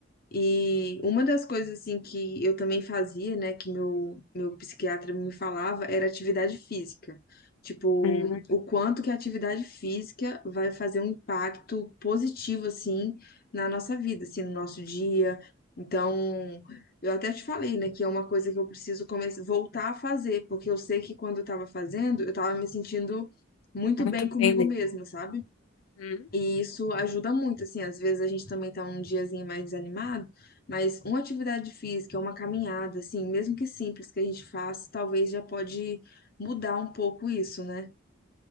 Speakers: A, on the left; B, on the left.
A: E uma das coisas assim que eu também fazia, né, que meu meu psiquiatra me falava, era atividade física. Tipo,
B: Uhum.
A: o quanto que a atividade física vai fazer um impacto positivo assim na nossa vida, assim, no nosso dia. Então, eu até te falei, né, que é uma coisa que eu preciso começar voltar a fazer, porque eu sei que quando eu tava fazendo, eu tava me sentindo muito
B: Muito
A: bem comigo
B: bem,
A: mesma, sabe?
B: né?
A: E isso ajuda muito, assim, às vezes a gente também tá um diazinho mais desanimado, mas uma atividade física, uma caminhada, assim, mesmo que simples que a gente faça, talvez já pode mudar um pouco isso, né?